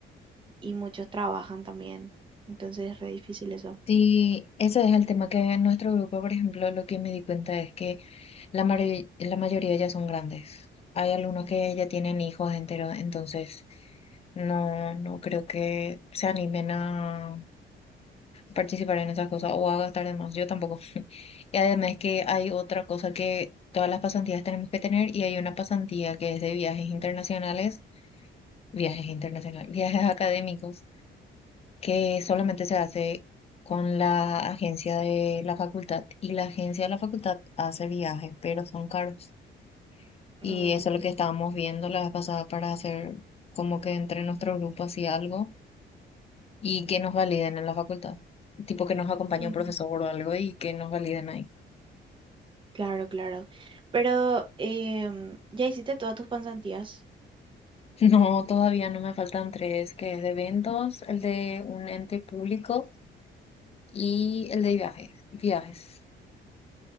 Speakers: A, on the right; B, on the left.
A: y muchos trabajan también, entonces es re difícil eso.
B: Sí, ese es el tema que en nuestro grupo, por ejemplo, lo que me di cuenta es que la, mari- la mayoría ya son grandes. Hay algunos que ya tienen hijos enteros, entonces no, no creo que se animen a participar en esas cosas o a gastar de más. Yo tampoco. <laughs> Y además que hay otra cosa que todas las pasantías tenemos que tener y hay una pasantía que es de viajes internacionales, viajes internacionales, <laughs> viajes académicos que solamente se hace con la agencia de la facultad y la agencia de la facultad hace viajes, pero son caros. Y
A: Mm,
B: eso es lo que estábamos viendo la vez pasada para hacer como que entre nuestro grupo así algo y que nos validen en la facultad. Tipo que nos acompañe
A: Ujú.
B: un profesor o algo y que nos validen ahí.
A: Claro, claro. Pero em, ya hiciste todas tus pasantías,
B: <laughs> No, todavía no me faltan tres, que es de eventos, el de un ente público y el de viajes, viajes.